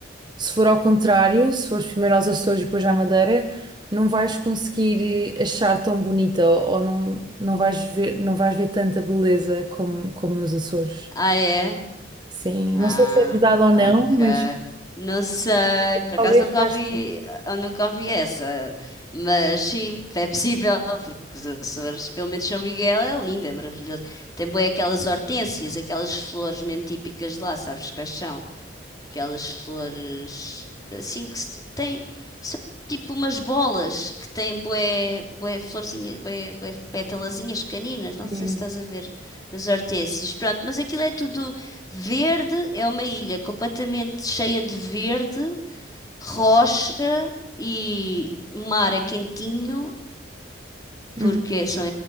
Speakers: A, on the right (about 25°); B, on the left (about 20°).
A: se for ao contrário, se fores primeiro aos Açores e depois à Madeira, não vais conseguir eh, achar tão bonita ou ou não, não vais ver, não vais ver tanta beleza como, como nos Açores.
B: Ah, é?
A: Sim,
B: Ah,
A: não sei se é verdade ou
B: ok.
A: não, mas
B: Não sei, por
A: talvez
B: acaso nunca
A: faça
B: ouvi, eu nunca ouvi essa, mas sim, é possível, porque os Açores, pelo menos São Miguel, é lindo, é maravilhoso. Tem bem aquelas hortênsias, aquelas flores mesmo típicas de lá, sabes quais são? Aquelas flores assim que se- têm. São tipo umas bolas que têm bué, bué florzinhas, bué, bué pétalazinhas pequeninas. Não
A: assim,
B: sei se estás a ver as hortênsias. Pronto, mas aquilo é tudo verde. É uma ilha completamente cheia de verde, rocha e mar é quentinho porque
A: uhum,
B: são,